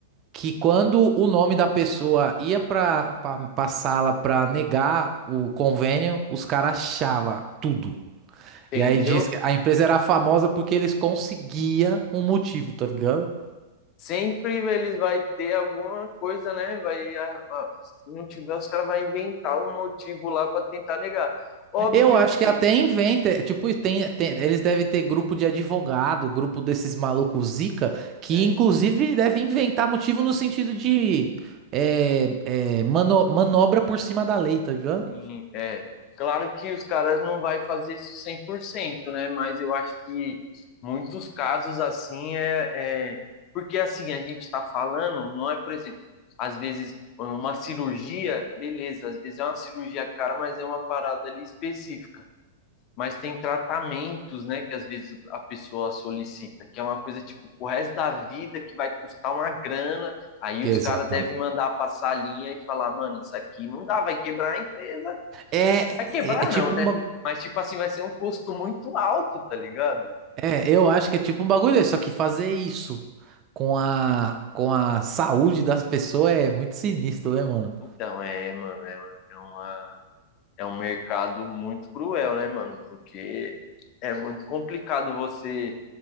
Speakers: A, on the right (about 35°); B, on the left (about 40°).
A: que quando o nome da pessoa ia pra, pra, pra sala pra negar o convênio, os caras achavam tudo.
B: Entendeu?
A: E aí diz que a empresa era famosa porque eles conseguiam um motivo, tá ligado?
B: Sempre eles vai ter alguma coisa, né? Vai, a- a- se não tiver, os caras vão inventar um motivo lá para tentar negar. Óbvio
A: Eu acho
B: que
A: que até inventa, é, tipo, tem, tem- eles devem ter grupo de advogado, grupo desses malucos zica, que
B: é,
A: inclusive deve inventar motivo no sentido de é, é, mano- manobra por cima da lei, tá ligado?
B: Sim, é. Claro que os caras não vai fazer isso cem por cento né? Mas eu acho que muitos casos assim é, é... Porque assim, a gente está falando, não é, por exemplo, às vezes uma cirurgia, beleza, às vezes é uma cirurgia cara, mas é uma parada ali específica. Mas tem tratamentos, né, que às vezes a pessoa solicita, que é uma coisa tipo o resto da vida que vai custar uma grana. Aí
A: Que
B: os
A: exatamente.
B: caras devem mandar passar a linha e falar, mano, isso aqui não dá, vai quebrar a empresa,
A: É,
B: Vai quebrar
A: é, é tipo
B: não,
A: um
B: né?
A: bagulho.
B: Mas, tipo assim, vai ser um custo muito alto, tá ligado?
A: É, eu acho que é tipo um bagulho desse, só que fazer isso com a, com a saúde das pessoas é muito sinistro, né, mano?
B: Então, é, mano, é, é uma, é um mercado muito cruel, né, mano? Porque é muito complicado você